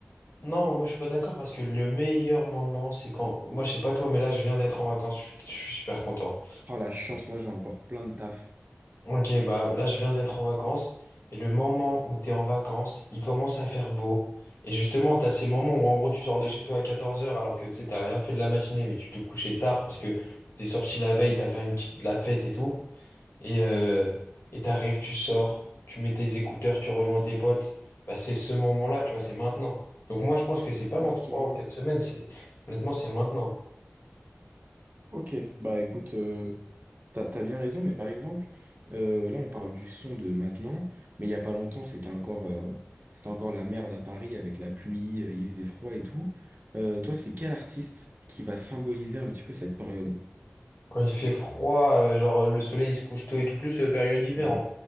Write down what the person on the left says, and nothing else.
Non, moi je suis pas d'accord parce que le meilleur moment, c'est quand. Moi je sais pas toi, mais là je viens d'être en vacances, je, suis je suis super content.
Ok, bah là je viens d'être en vacances et le moment où t'es en vacances, il commence à faire beau. Et justement, t'as ces moments où en gros tu sors de chez toi à 14 heures alors que tu sais, t'as rien fait de la matinée, mais tu te couchais tard parce que t'es sorti la veille, t'as fait une petite de la fête et tout. Et euh, et t'arrives, tu sors, tu mets tes écouteurs, tu rejoins tes potes. Bah, c'est ce moment-là, tu vois, c'est maintenant. Donc moi, je pense que c'est pas
dans trois ou quatre semaines, c'est honnêtement, c'est maintenant.
Quand il fait froid, euh, genre euh, le soleil il se couche tôt et tout, plus euh, période hiver.
hein.